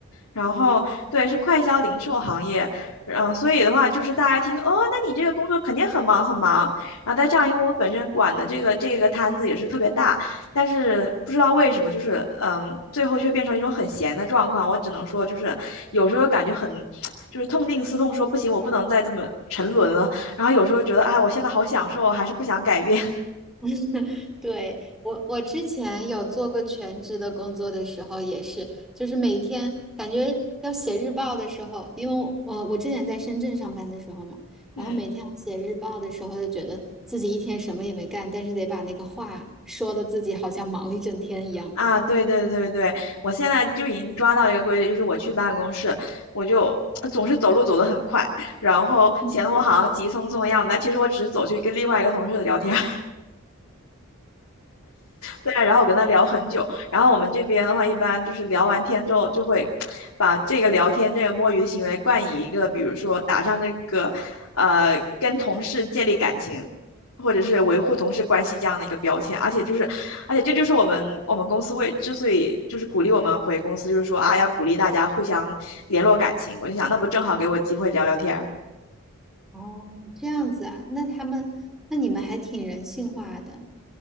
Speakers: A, on the left (about 85°); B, in the centre.
A: 然后对，
B: 嗯。
A: 是快销零售行业，嗯、所以的话就是大家听哦，那你这个工作肯定很忙很忙，然后再这样，因为我本身管的这个这个摊子也是特别大，但是不知道为什么，就是嗯，最后却变成一种很闲的状况，我只能说就是有时候感觉很。就是痛定思痛，说不行，我不能再这么沉沦了。然后有时候觉得，哎，我现在好享受啊，还是不想改变。<laughs>
B: <laughs> 对，我，我之前有做过全职的工作的时候，也是，就是每天感觉要写日报的时候，因为我呃我之前在深圳上班的时候嘛，
A: 嗯
B: 然后每天要写日报的时候，就觉得自己一天什么也没干，但是得把那个话说的自己好像忙了一整天一样。
A: 啊，对对对对，我现在就已经抓到一个规律，就是我去办公室，我就呃总是走路走得很快，然后显得我好像急匆匆的样子，
B: <laughs>
A: 但其实我只是走去跟另外一个同事聊天。对，然后我跟他聊很久，然后我们这边的话，一般就是聊完天之后，就会把这个聊天、这个摸鱼的行为冠以一个，比如说打上这个，呃，跟同事建立感情，或者是维护同事关系这样的一个标签。而且就是，而且这就是我们我们公司为之所以就是鼓励我们回公司，就是说啊，要鼓励大家互相联络感情。我就想，那不正好给我机会聊聊天儿。
B: 哦，这样子啊，那他们，那你们还挺人性化的，